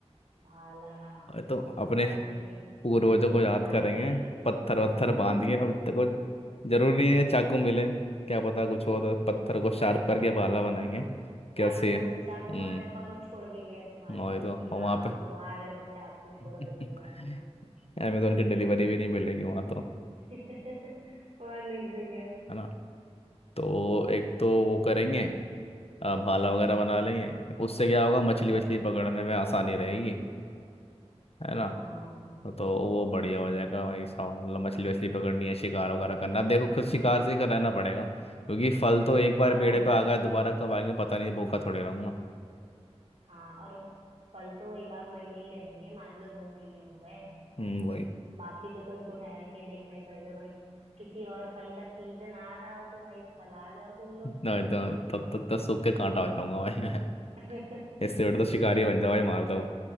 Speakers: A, on the right; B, on the left.
A: भाला
B: और तो अपने
A: भाला बनाएंगे
B: पूर्वजों को याद
A: मार
B: करेंगे
A: के एकदम
B: पत्थर वत्थर
A: <laughs>
B: बांध के अब देखो जरूरी नहीं है चाकू मिले क्या पता कुछ हो तो पत्थर को शार्प
A: हाँ,
B: करके भाला बनाएंगे कैसे
A: चाकू
B: है
A: चाकू
B: हम्म
A: वहां कौन छोड़ के गया तुम्हारे
B: वही
A: लिए
B: तो
A: कि
B: और
A: हाँ
B: वहाँ
A: हाँ
B: पे
A: तुम आ रहे हो तो चाकू
B: <laughs>
A: छोड़ देते तुम्हारे लिए
B: अमेजोन की डिलीवरी भी नहीं मिलेगी वहाँ तो
A: <laughs> और नहीं तो क्या
B: है ना तो
A: हम्म
B: एक तो वो करेंगे अ, भाला
A: हम्म
B: वगैरह बना लेंगे उससे क्या होगा मछली
A: हम्म,
B: वछली पकड़ने में आसानी रहेगी है ना
A: हाँ
B: तो वो
A: हम्म
B: बढ़िया हो जाएगा भाई साहब मतलब मछली वछली पकड़नी है शिकार वगैरह करना अब देखो कुछ शिकार से ही कर रहना पड़ेगा क्योंकि फल तो एक बार
A: और
B: पेड़
A: नहीं तो
B: पे आ
A: क्या
B: गया दोबारा कब आएंगे पता नहीं भूखा थोड़े रहूंगा
A: हाँ और फल तो एक आध महीने ही रहेंगे मान लो दो महीने हो गए
B: हम्म वही <laughs>
A: बाकी तो तुमको टहल के देखना ही पड़ेगा भाई किसी और फल का सीजन आ रहा हो तो भाई फल आ जाओ तुम लोग
B: नहीं तो तब तक तो सूख के कांटा हो जाऊंगा भाई मैं
A: <laughs>
B: इससे बेटर तो शिकारी
A: हाँ
B: बन जाओ भाई मार दो